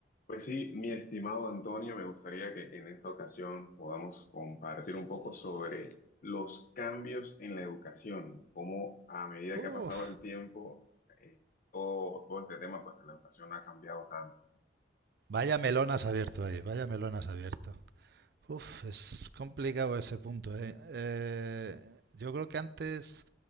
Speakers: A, on the left (about 50°); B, on the right (about 60°).
A: Pues sí, mi estimado Antonio, me gustaría que en esta ocasión podamos compartir un poco sobre los cambios en la educación, cómo a medida
B: Uf,
A: que ha pasado el tiempo, eh, todo, todo este tema, pues la educación ha cambiado tanto.
B: vaya melón has abierto ahí, vaya melón has abierto. Uf, es complicado ese punto, ¿eh? Eh, yo creo que antes